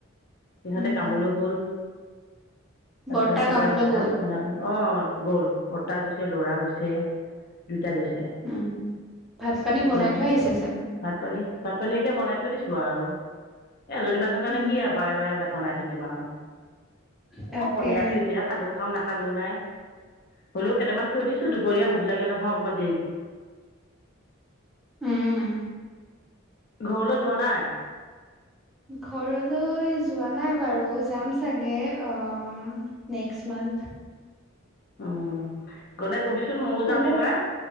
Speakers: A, on the left; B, in the centre.
A: সিহঁতে
B: উম
A: কামোলো গ'ল। তাৰপিছত
B: বৰ্তা
A: ৰাতিপুৱাই
B: কামলৈ
A: ভাত
B: গ'ল
A: চাত বনালোঁ অ', আৰু গ'ল। বৰ্তা গৈছে লৰা গৈছে দুইটা গৈছে।
B: উম ভাত পানী
A: এতিয়া
B: বনাই
A: আকৌ
B: থৈ আহিছে চাগে।
A: ভাত পানী ভাত পানীয়ে কে বনাই থৈ দিছো আৰু এ এজনী মানুহ কাৰণে
B: উম
A: কি আৰু বাৰে বাৰে ভাত বনাই থাকিম আৰু।
B: তাকে
A: অকলে আছোঁ এতিয়া খালেও খাম, নাখালেও নাই, হলেও কেইটামান থৈ দিছো দুপৰীয়া ভোক লাগে নহয় অকণমান দেৰি
B: উম,
A: ঘৰলৈ যোৱা নাই?
B: ঘৰলৈ যোৱা নাই বাৰু যাম চাগে অ', নেক্সট মান্থ। <inaudible>
A: উম, গলে কবিচোন ময়ো যাম
B: ওলাব
A: এইবাৰ।